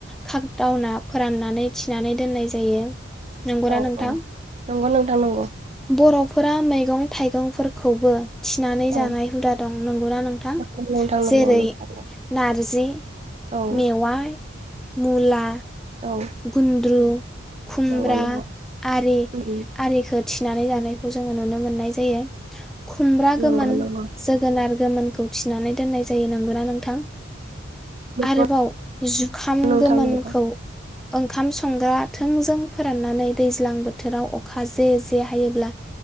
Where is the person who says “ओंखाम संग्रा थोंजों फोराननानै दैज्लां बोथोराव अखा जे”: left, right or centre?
Centre